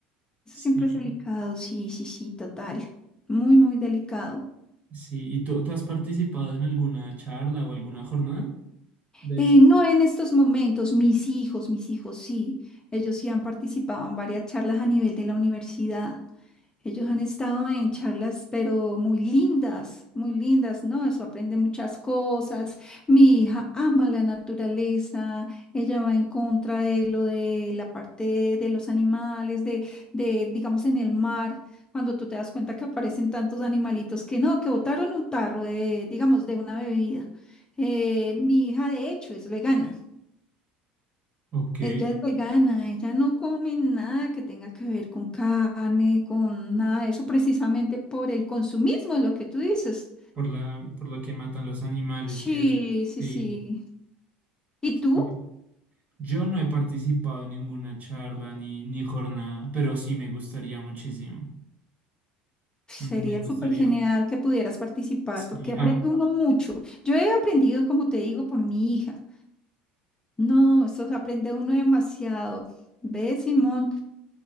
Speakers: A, on the left; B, on the right.
A: Eso
B: sí.
A: siempre es delicado, sí, sí, sí, total. Muy, muy delicado.
B: Sí, ¿y tú, tú has participado en alguna charla o alguna jornada de
A: Eh,
B: eso?
A: no en estos momentos, mis hijos, mis hijos sí, ellos sí han participado en varias charlas a nivel de la universidad. Ellos han estado en charlas, pero muy lindas, muy lindas, ¿no? Eso aprende muchas cosas. Mi hija ama la naturaleza, ella va en contra de lo de la parte de los animales, de, de, digamos, en el mar, cuando tú te das cuenta que aparecen tantos animalitos que no, que botaron un tarro de, digamos, de una bebida. Eh, mi hija, de hecho, es vegana.
B: Ok,
A: Ella es vegana, ella no come nada que tenga que ver con carne, con nada de eso, precisamente por el consumismo, lo que tú dices.
B: por la, por lo que matan los animales
A: Sí,
B: y eso.
A: sí,
B: Sí,
A: sí. ¿Y
B: sí.
A: tú?
B: Yo no he participado en ninguna charla ni, ni jornada, pero sí me gustaría muchísimo.
A: Sería
B: Me, me gustaría.
A: súper genial que pudieras participar
B: Sí,
A: porque aprende
B: ah,
A: uno mucho. Yo he aprendido, como te digo, por mi hija. No, eso se aprende uno demasiado. ¿Ve, Simón?